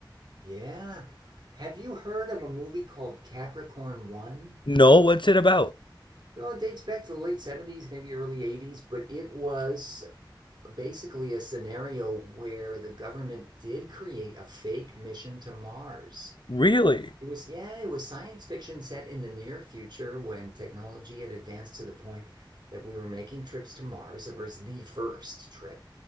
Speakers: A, on the right; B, on the left.
A: Yeah. Have you heard of a movie called Capricorn One?
B: No, what's it about?
A: Oh, it dates back to the late 70s, maybe early 80s, but it was basically a scenario where the government did create a fake mission to Mars.
B: Really?
A: It was, yeah, it was science fiction set in the near future when technology had advanced to the point that we were making trips to Mars. It was the first trip.